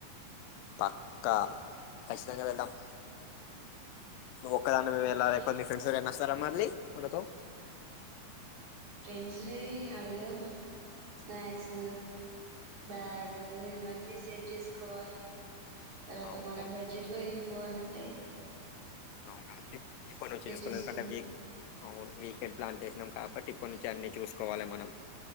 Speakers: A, on the left; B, on the right.
A: పక్కా కశితంగా వెల్ధమ్ నువు ఒకాడనైవ్
B: ఓకే
A: వెలాలా లేకా ఫ్రెడ్స్ ఎవరైనా వస్త్రార మాలి మనాథో
B: ఫ్రెండ్స్ ని అడగర్ స్నాయాక్స్ బ్యాగ ఇవన్నీ సెట్ చేసుకోవాలి తర్వా
A: అవును
B: మన బడ్జెట్ లో వెళ్ళి పోవాలంటే
A: అవును కొన్ని వచ్చేసుకో
B: చేసుకుందాం
A: అవి ఎందుకంటే వక్ అవును వీకెండ్ ప్లాన్ చేసి న్నాం కాబట్టి ఇప్ప నుంచి అన్ని చూసుకోవాలి మనం